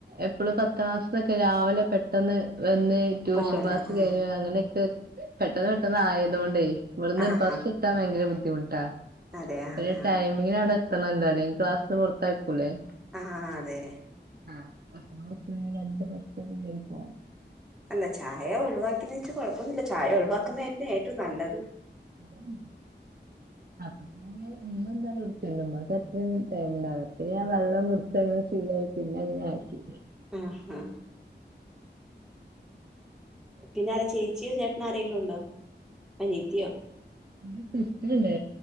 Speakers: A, on the right; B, in the centre.
A: എപ്പള് പത്താം ക്ലാസ്സ്ന്നൊക്കെ രാവ് ലെ പെട്ടെന്ന് വന്ന്. ട്യൂഷൻ
B: പോണല്ലേ
A: ക്ലാസ്
B: ആഹ്
A: കഴിഞ്ഞു അങ്ങനെക്കെ പെട്ടെന്ന് പെട്ടന്ന് ആയതോണ്ടേയ് ഇവട്ന്ന്
B: ആഹാ
A: ബസ്സ് ട്ടാം ഭയങ്കര ബുദ്ധിമുട്ടാ
B: അതെ
A: അയ്‌ന്റെ
B: ആഹാ
A: ടൈമ് മിങ്ങിനവ്ടെ എത്തണല്ലോ അല്ലങ്കി ക്ലാസ്ന്ന് പൊർത്താക്കൂല്ലേ
B: ആഹ് അതെ
A: ആ <unintelligible>
B: അല്ല ചായ ഒഴിവാക്കിന്നെച്ച് കൊഴപ്പൊന്നുല്ല ചായ ഒഴിവാക്കുന്നന്നേറ്റവും നല്ലത്
A: ഉം അപ്പ പിന്നെ ഉമ്മ എന്താലും <unintelligible> ഉമ്മാക്ക് അതൃമ് ടൈമ് ഉണ്ടാവ് ല അപ്പ പിന്നെ ഞാൻ വെള്ളം കുട്ച്ചങ്ങനെ ശീലായ് പിന്നെ അങ്ങനെ ആക്കി
B: ആഹാ പിന്നാരാ ചേച്ചിയോ ചേട്ടനാരെങ്കിലുണ്ടോ അനിയത്തിയോ
A: പിന്നെ സിസ്റ്ററ്ണ്ട്